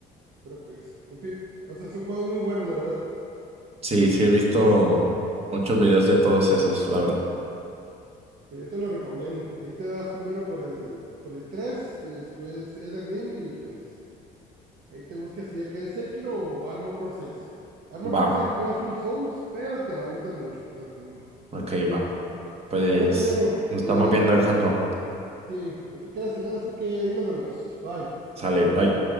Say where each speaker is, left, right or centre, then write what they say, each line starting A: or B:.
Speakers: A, on the right; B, on the right.
A: pero pues, en fin, o sea, son juegos muy buenos, la verdad.
B: Sí, sí he visto muchos videos de todos esos, la verdad.
A: Pues yo te lo recomiendo. Ahí te vas primero por el, por el tres y después Elder Ring y pues ahí te buscas si ya quieres Sekiro o Armor Core seis Armor
B: Va,
A: Core seis no es un Souls, pero te va a gustar mucho, te lo recomiendo.
B: ok, va. Pues
A: Bueno, pues Diego,
B: nos
A: eh,
B: estamos viendo, Alejandro.
A: Sí, me tengo que ir a cenar, así que ahí nos vemos. Bye.
B: Sale, bye.